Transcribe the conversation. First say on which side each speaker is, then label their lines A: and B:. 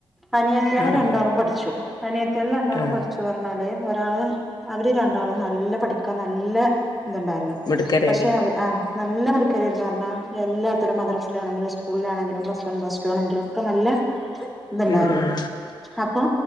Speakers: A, in the centre; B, on the left.
A: അനിയത്തിയാള്
B: ആഹ്
A: രണ്ടാളും പഠിച്ചു അനിയത്തിയാള് രണ്ടാളും
B: ആഹ്
A: പഠിച് അതേ ഒരാള് അവര് രണ്ടാളും നല്ല പഠിക്കാൻ നല്ല ഇതുണ്ടായിരുന്നു
B: മിടുക്കരേനി
A: പക്ഷെ അവ ആ നല്ല മിടു എന്ന് പറഞ്ഞാൽ എല്ലാത്തിലും മദ്രസിലാണെങ്കിലും സ്കൂളിലാണെങ്കിലും പ്ലസ് വൺ പ്ലസ് ടു ആണെങ്കിലും ഒക്കെ നല്ല ഇതുണ്ടായിരുന്നു
B: ഉം ഉം
A: അപ്പൊ